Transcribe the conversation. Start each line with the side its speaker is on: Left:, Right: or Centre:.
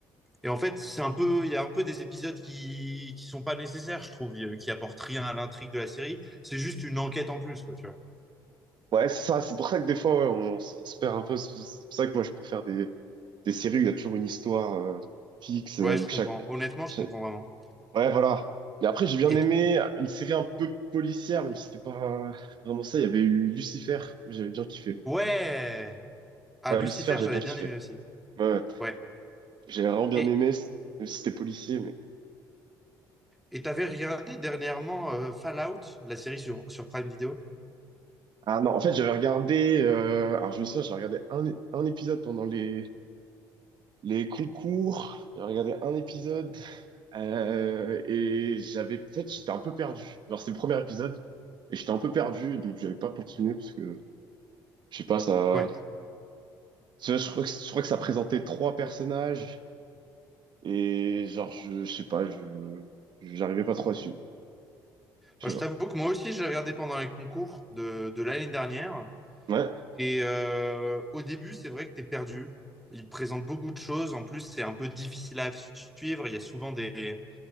Centre: et en fait, c'est un peu, il y a un peu des épisodes qui, qui sont pas nécessaires, je trouve, euh, qui apportent rien à l'intrigue de la série. C'est juste une enquête en plus, quoi, tu vois.
Right: ouais, c'est ça. C'est pour ça que des fois, ouais, on, s- on se perd un peu. C'est c'est pour ça que moi, je préfère des, des séries où il y a toujours une histoire euh, fixe,
Centre: Ouais,
Right: euh,
Centre: je
Right: où chaque,
Centre: comprends. Honnêtement, je
Right: chaque-
Centre: comprends vraiment.
Right: Ouais, voilà. mais après, j'ai bien
Centre: Et
Right: aimé
Centre: t-
Right: une série un peu policière, même si c'était pas euh, vraiment ça. Il y avait eu Lucifer. Moi, J'avais bien kiffé.
Centre: ouais! Ah,
Right: Ouais,
Centre: Lucifer,
Right: Lucifer, j'avais
Centre: j'avais
Right: bien kiffé.
Centre: bien aimé aussi.
Right: Ouais, ouais.
Centre: Ouais.
Right: J'ai vraiment bien
Centre: Et,
Right: aimé, c- même si c'était policier. mais
Centre: Et t'avais regardé dernièrement euh, Fallout, la série sur, sur Prime Video?
Right: Ah non, en fait, j'avais regardé, euh, alors je me souviens, j'ai regardé un, un épisode pendant les, les concours, j'ai regardé un épisode, euh, et j'avais, en fait, j'étais un peu perdu. Genre, c'est le premier épisode, et j'étais un peu perdu, donc j'avais pas continué, parce que, je sais pas, ça,
Centre: Ouais.
Right: tu je crois que, je crois que ça présentait trois personnages, et genre, je, je sais pas, je, j'arrivais pas trop à suivre, je
Centre: Moi,
Right: sais
Centre: je
Right: pas.
Centre: t'avoue que moi aussi, je l'ai regardé pendant les concours de, de l'année dernière.
Right: Ouais,
Centre: Et euh, au début, c'est vrai que t'es perdu. Il te présente beaucoup de choses. En plus, c'est un peu difficile à suivre. Il y a souvent des,